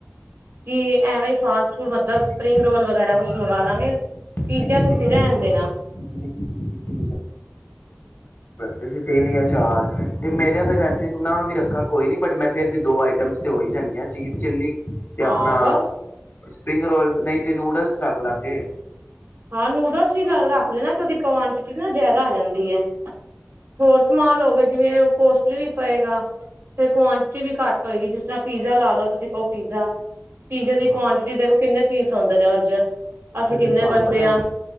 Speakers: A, on the right (about 65°); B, on the left (about 50°).
A: ਕਿ ਐਵੇਂ ਈ ਫਾਸਟ ਫੂਡ
B: ਉਹਨਾਂ
A: ਮਤਲਬ
B: ਦੀ ਕੀਤੀ
A: ਸਪਰਿੰਗ ਰੋਲ ਵਗੈਰਾ
B: ਜਦੋਂ
A: ਕੁਛ
B: ਅਸੀਂ
A: ਮੰਗਾ ਲਾਂਗੇ
B: ਇਸ
A: ਪੀਜਾ
B: ਦੀ ਕੀਤੀ
A: ਤੁਸੀਂ
B: ਨਿਕਲ
A: ਰਹਿਣ ਦੇਣਾ
B: ਜਿਹਦੇ ਕੀ ਦੀ ਕੀਤੀ ਤੁਸੀ ਤਿੰਨ ਜਾਂ ਚਾਰ ਤੇ ਮੇਰਾ ਤਾਂ ਵੈਸੇ ਨ ਵੀ ਰੱਖਾਂ ਕੋਈ ਨੀ। ਬਟ ਮੈਂ ਫੇਰ ਵੀ ਦੋ ਆਈਟਮਸ 'ਤੇ ਹੋ ਈ ਜਾਂਦੀ ਹਾਂ। ਚੀਜ਼ ਚਿੱਲੀ ਤੇ
A: ਹਾਂ।
B: ਆਪਣਾ
A: ਬਸ।
B: ਸਪਰਿੰਗ ਰੋਲ ਨਈ ਤੇ ਨੂਡਲਸ ਰਖ ਲਾਂਗੇ।
A: ਹਾਂ ਨੂਡਸ ਵੀ ਰੱਖ ਲੈਣਾ ਉਹਦੀ ਕੁਆਂਟਿਟੀ ਨਾ ਜ਼ਿਆਦਾ ਆ ਜਾਂਦੀ ਏ। ਹੋਰ ਸਮਾਨ ਲਓਗੇ ਜਿਵੇਂ ਕੋਸਟਲੀ ਵੀ ਪਏਗਾ। ਫਿਰ ਕੁਆਂਟਟੀ ਵੀ ਘੱਟ ਹੋਏਗੀ। ਜਿਸ ਤਰ੍ਹਾਂ ਪੀਜ਼ਾ ਲਾ ਲਓ। ਤੁਸੀਂ ਕਹੋ ਪੀਜ਼ਾ ਪੀਜ਼ੇ ਦੀ
B: ਹਾਂ
A: ਕੁਆਂਟਟੀ ਦੇਖੋ। ਕਿੰਨੇ ਪੀਸ ਆਉਂਦੇ ਨੇ ਔਹਦੇ ਚ।
B: ਉਹ ਤੇ ਫਿਰ ਤੁਹਾਨੂੰ
A: ਬੰਦੇ
B: ਪਤਾ
A: ਹਾਂ
B: ਮ?